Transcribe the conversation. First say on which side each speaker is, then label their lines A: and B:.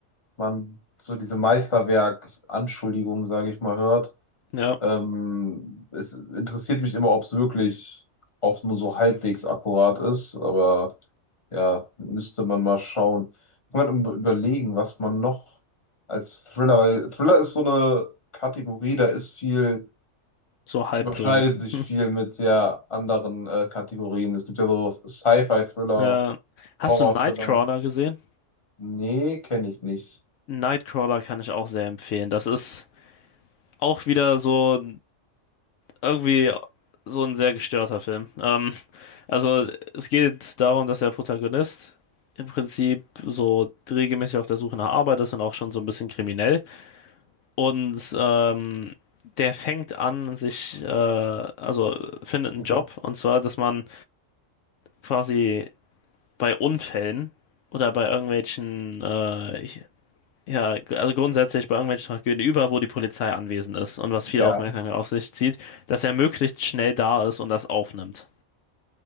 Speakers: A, on the left; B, on the left.
A: man so diese Meisterwerk-Anschuldigungen, sage ich mal, hört,
B: Ja,
A: Ähm, es interessiert mich immer, ob es wirklich auch nur so halbwegs akkurat ist, aber ja, müsste man mal schauen. Ich muss mal überlegen, was man noch als Thriller, weil Thriller ist so eine Kategorie, da ist viel,
B: so halb
A: überschneidet
B: dran.
A: sich
B: <laughs>
A: viel mit der anderen äh, Kategorien. Es gibt ja so Sci-Fi-Thriller,
B: Ja. Hast
A: Horror-Thriller.
B: du Nightcrawler gesehen?
A: Nee, kenne ich nicht.
B: Nightcrawler kann ich auch sehr empfehlen. Das ist auch wieder so. irgendwie so ein sehr gestörter Film. Ähm, also es geht darum, dass der Protagonist im Prinzip so regelmäßig auf der Suche nach Arbeit ist und auch schon so ein bisschen kriminell. Und ähm, der fängt an, sich, äh, also findet einen
A: Okay.
B: Job, und zwar, dass man quasi bei Unfällen oder bei irgendwelchen äh, ja, gr- also grundsätzlich bei irgendwelchen Tragödien, über wo die Polizei anwesend ist und was viel
A: Ja.
B: Aufmerksamkeit auf sich zieht, dass er möglichst schnell da ist und das aufnimmt.